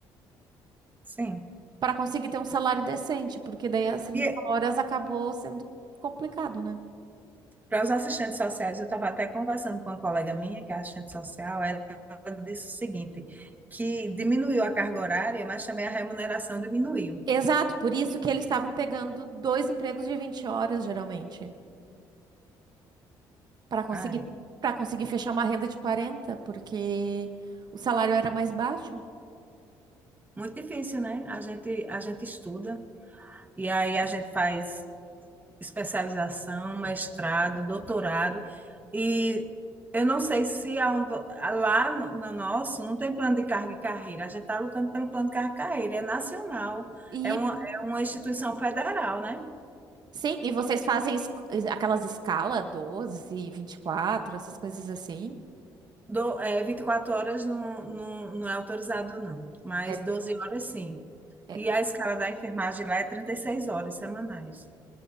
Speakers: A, on the right; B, on the right.
A: sim.
B: para conseguir ter um salário decente, porque daí as 30
A: E
B: horas acabou sendo complicado, né?
A: Para os assistentes sociais, eu estava até conversando com uma colega minha, que é assistente social, ela disse o seguinte, que diminuiu a carga horária, mas também a remuneração diminuiu.
B: Exato, por isso que eles estavam pegando dois empregos de 20 horas, geralmente, para conseguir
A: Ai,
B: para conseguir fechar uma renda de 40, porque o salário era mais baixo.
A: muito difícil, né? A gente, a gente estuda, e aí a gente faz especialização, mestrado, doutorado, e eu não sei se aonde- lá no, no nosso não tem plano de carga e carreira, a gente está lutando pelo plano de carga e carreira, é nacional,
B: E
A: é uma, é uma instituição federal, né?
B: sim, e vocês fazem es- aquelas escala doze, vinte e quatro, essas coisas assim.
A: Do, é, vinte e quatro horas não, não, não é autorizado, não, mas
B: É,
A: 12 horas sim.
B: é,
A: E a escala da enfermagem lá é 36 horas semanais.